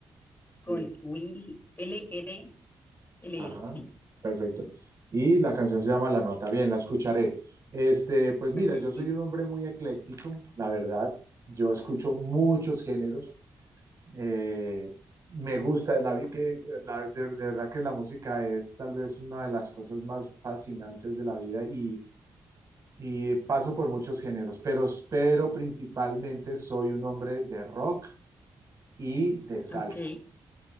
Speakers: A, on the left; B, on the right.
A: con
B: Wheeler.
A: Will, L-R, L-R,
B: Ajá,
A: sí.
B: perfecto. Y la canción se llama La Nota. Bien, la escucharé. Este, pues mira,
A: Ok,
B: yo soy
A: sí.
B: un hombre muy ecléctico, la verdad. Yo escucho muchos géneros. Eh, me gusta, la, vi- que, la- de, de verdad que la música es tal vez una de las cosas más fascinantes de la vida y, y paso por muchos géneros, pero, pero principalmente soy un hombre de rock y de salsa.
A: Ok.